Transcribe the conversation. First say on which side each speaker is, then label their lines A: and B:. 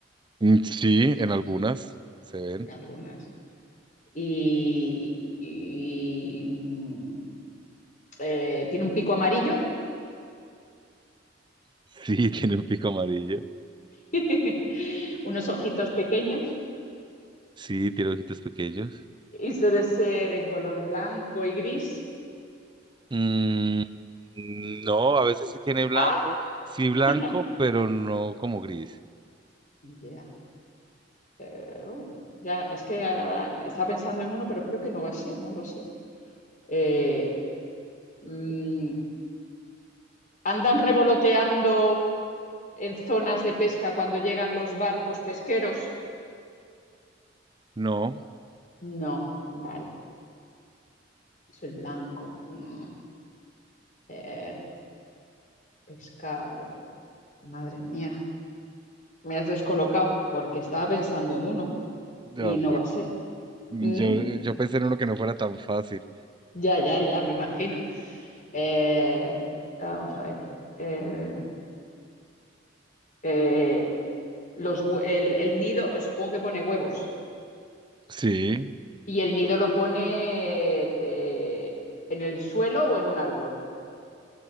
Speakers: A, on the right (about 25°); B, on the left (about 45°).
A: Mm, Sí, en algunas se ven.
B: en algunas. Y, y, mm, eh, tiene un pico amarillo,
A: Sí, <laughs> tiene un pico amarillo.
B: <laughs> unos ojitos pequeños
A: Sí, tiene ojitos pequeños.
B: y suele ser en color blanco y gris.
A: Mm, no, a veces sí tiene blanco,
B: ¡Ah!
A: sí blanco,
B: <laughs>
A: pero no como gris.
B: Ya. Eh, uh, ya, es que ah, estaba pensando en uno, pero creo que no va a ser, no lo sé. Eh, mm, andan revoloteando en zonas de pesca cuando llegan los barcos pesqueros?
A: No,
B: No, vale, es el blanco. Mm, eh, pescado, madre mía, me has descolocado porque estaba pensando en uno
A: no,
B: y no
A: bueno,
B: va a ser.
A: yo,
B: Mm,
A: yo pensé en uno que no fuera tan fácil.
B: ya, ya, ya, me imagino. Eh, vamos a ver. eh, eh, los, hue- el, el nido, supongo que pone huevos,
A: Sí,
B: y el nido lo pone eh, en el suelo o en un árbol.